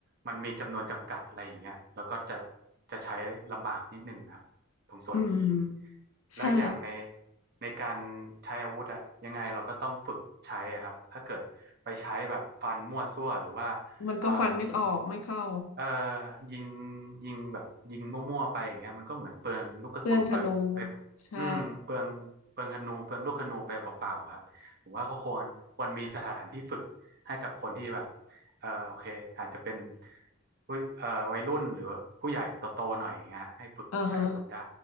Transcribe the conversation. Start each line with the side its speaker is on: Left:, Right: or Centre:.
Right: มันมีจำนวนจำกัดอะไรอย่างเงี้ยแล้วก็จะจะใช้ลำบากนิดหนึ่งครับตรงส่วนนี้
Left: อืม
Right: แล้วอย่างใน
Left: ใช่
Right: ในการใช้อาวุธอ่ะยังไงเราก็ต้องฝึกใช้อะครับถ้าเกิดไปใช้แบบฟันมั่วซั่วหรือว่า
Left: มันก็ฟันไม่ออกไม่เข้า
Right: เอ่อยิง เอ่อยิงยิงแบบยิงมั่วๆไปอย่างเงี้ยมันก็เหมือนเปลืองลูกกระสุนไปไป
Left: เปลืองธนู ใช่
Right: อืมเปลืองเปลืองธนูเปลืองลูกธนูไปเปล่าๆครับผมว่าก็ควรควรมีสถานที่ฝึกให้กับคนที่แบบเอ่อโอเคอาจจะเป็นผู้เอ่อวัยรุ่นหรือผู้ใหญ่โตๆหน่อยอย่างเงี้ยให้ฝึกใช้อาวุธได้
Left: อ่าฮะ